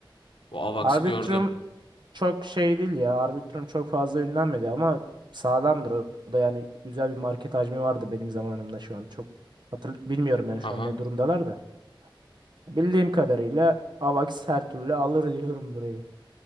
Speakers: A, on the left (about 85°); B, on the right (about 60°).
A: bu Avax'ı
B: Arbitrum
A: gördüm.
B: çok şey değil ya. Arbitrum çok fazla ünlenmedi ama sağlamdır. O da yani güzel bir market hacmi vardı benim zamanımda şu an. Çok hatır bilmiyorum
A: Haha.
B: yani şu an ne durumdalar da. Bildiğim kadarıyla Avax her türlü alır diyorum burayı.